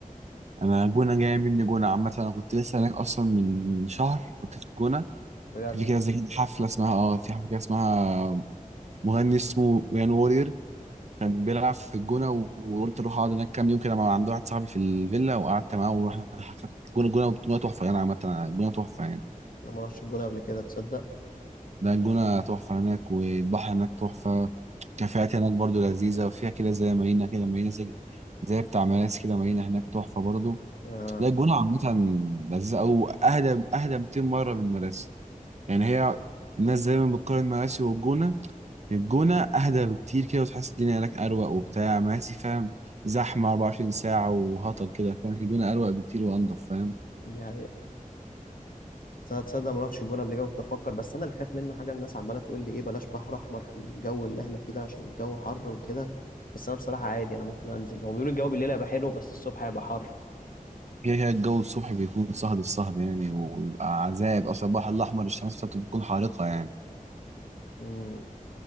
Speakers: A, on the right (about 50°); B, on the left (about 75°).
A: انا جونه جايه مني جونه عامه انا كنت لسه هناك اصلا من شهر كنت في الجونه
B: بجد
A: كان في كده زي حفله اسمها اه في حفله كده اسمها مغني اسمه ويان وورير كان بيلعب في الجونه و- وقلت اروح اقعد هناك كام يوم كده مع عند واحد صاحبي في الفيلا وقعدت معاه ورحنا حفله الجونه الجونه الجونه تحفه يعني عامه الجونه تحفه يعني
B: أنا ما رحتش الجونة قبل كده تصدق
A: ده الجونة تحفة هناك والبحر هناك تحفة كافيهات هناك برضو لذيذة وفيها كده زي مارينا كده مارينا زي, زي بتاع مراسي كده مارينا هناك تحفة برضو
B: آه
A: لا الجونة عامة لذيذة أو أهدى أهدى 200 مرة من مراسي يعني هي الناس دايما بتقارن مراسي والجونة الجونة أهدى بكتير كده وتحس الدنيا هناك أروق وبتاع مراسي فاهم زحمة 24 ساعة وهطل كده فاهم الجونة أروق بكتير وأنضف فاهم
B: دي حقيقة تصدق تصدق ما رحتش الجونة قبل كده كنت أفكر بس أنا اللي خايف منه حاجة الناس عمالة تقول لي إيه بلاش بحر أحمر في الجو اللي إحنا فيه ده عشان الجو حر وكده بس أنا بصراحة عادي أنا ممكن أنزل هو بيقولوا الجو بالليل هيبقى حلو بس الصبح هيبقى حر
A: كده كده الجو الصبح بيكون صهد الصهد يعني وبيبقى عذاب اصلا البحر الاحمر الشمس بتاعته بتكون حارقه يعني
B: امم